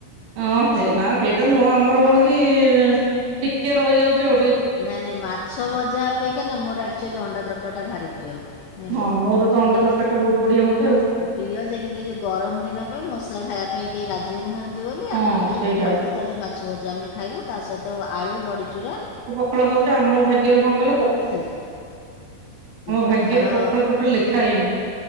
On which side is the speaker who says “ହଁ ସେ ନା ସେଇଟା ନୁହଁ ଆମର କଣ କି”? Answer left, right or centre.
Right